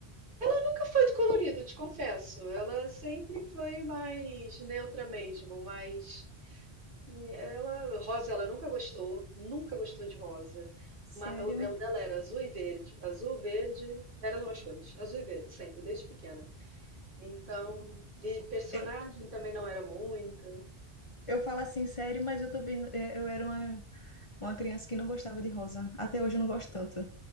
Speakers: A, on the right; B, on the left.
A: Nunca foi de colorido, te confesso. Ela sempre foi mais neutra mesmo, mas ela, rosa, ela nunca gostou, nunca gostou de rosa.
B: Sério.
A: Ma- O, é, o dela era azul e verde. Azul, verde, eram as cores. Azul e verde, sempre, desde pequena. Então, e personagem
B: Eu,
A: também não era muita
B: eu falo assim, sério, mas eu também, é, eu era uma, uma criança que não gostava de rosa. Até hoje eu não gosto tanto.